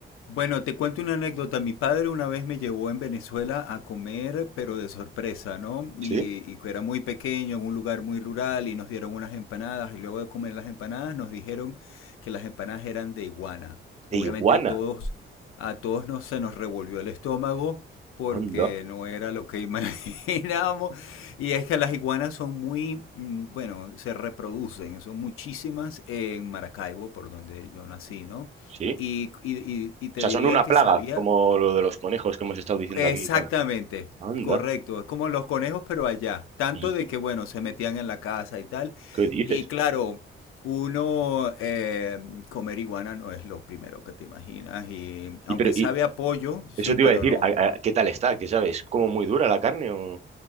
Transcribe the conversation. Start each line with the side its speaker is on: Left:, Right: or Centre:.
Left: bueno, te cuento una anécdota. Mi padre una vez me llevó en Venezuela a comer, pero de sorpresa, ¿no?
Right: ¿Sí?
Left: Y, y que era muy pequeño, en un lugar muy rural, y nos dieron unas empanadas, y luego de comer las empanadas nos dijeron que las empanadas eran de iguana. Obviamente
Right: De iguana.
Left: a todos, a todos nos, se nos revolvió el estómago porque
Right: Anda.
Left: no era lo que <laughs> imaginábamos. Y es que las iguanas son muy, mm, bueno, se reproducen, son muchísimas en Maracaibo, por donde yo nací, ¿no?
Right: Sí.
Left: Y, y- y- y te
Right: O sea,
Left: diría
Right: son una
Left: que
Right: plaga,
Left: sabía
Right: como lo de los conejos que hemos estado diciendo
Left: exactamente,
Right: aquí y tal. Anda.
Left: correcto, es como los conejos, pero allá, tanto
Right: ¿Y
Left: de
Right: y-
Left: que, bueno, se metían en la casa y tal.
Right: qué dices?
Left: Y claro, uno eh, comer iguana no es lo primero que te imaginas, y
Right: Y
Left: aunque
Right: pero
Left: sabe
Right: y
Left: a pollo, sí,
Right: eso te
Left: pero
Right: iba a decir,
Left: no,
Right: ¿a- a- ¿qué tal está? ¿Qué sabes? ¿Como muy dura la carne o